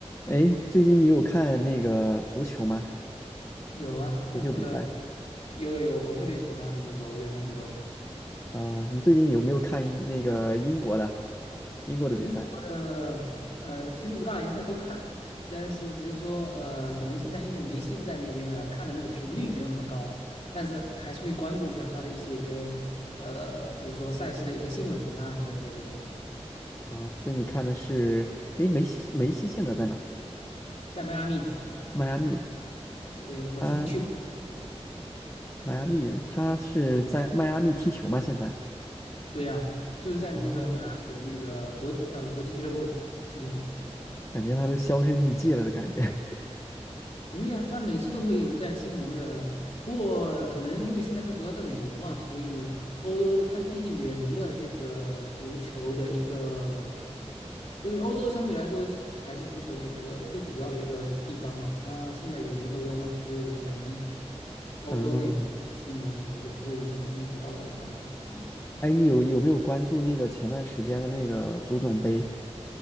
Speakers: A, on the left; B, on the left.
A: 哎，最近你有看那个足球吗？
B: 有啊，我这个
A: 足球比赛
B: 有有有，我特别喜欢足球这项运动。
A: 啊，你最近有没有看英那个英国的英国的比赛
B: 英国的呃，其实五大联赛都看，但是只是说呃，可能现在因为梅西不在那边了，看的那个频率没有那么高，但是还是会关注一下他的一些呃，比如说赛事的一些新闻啊等等这些东西。
A: 啊？所以你看的是，哎，梅西梅西现在在哪？
B: 在迈阿密，
A: 迈阿密，
B: 对，我自己去过，
A: 他迈阿密，他是在迈阿密踢球吗？现在？
B: 对呀、啊，就是在那个迈阿密的那个国呃国际俱乐部踢球。
A: 哦，感觉他都销声匿迹了的感觉。<laughs>
B: 不会呀，他每次都会有在新闻的。不过可能因为现在他主要在美国嘛，所以欧洲他毕竟远离了这个足球的一个，因为欧洲相对来说是还是足球的一个最主要的一个地方嘛。他现在远离欧洲嘛，所以可能欧洲那边的新闻可能就不会那么经常报道他嘛。
A: 嗯，
B: 嗯，
A: 哎，你有有没有关注那个前段时间的那个足总杯，